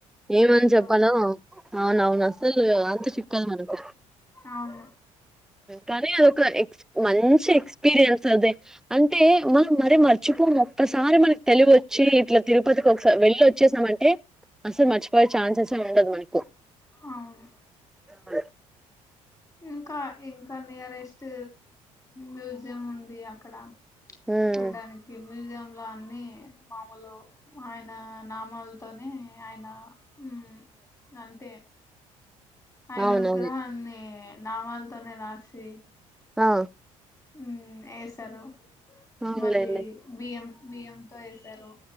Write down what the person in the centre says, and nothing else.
ఏమని
చెప్పాలో
అవున అవును అసలు అంతుచిక్క దు మనకు
కానీ అ ఎ మంచి ఎక్స్పీరియన్స్ అది అంటే మనం మర మర్చిపో ఒక్కసారి మనకి తెలుగు వచ్చి ఇట్లా తిరుపతికి ఒకసారి వెళ్ళి వచ్చేసామంటే అసలు మర్చిపోయే ఛాన్సెసే ఉండదు మనకి
<unintelligible>
ఉమ్
అవునవును
ఆ
అవునులేండి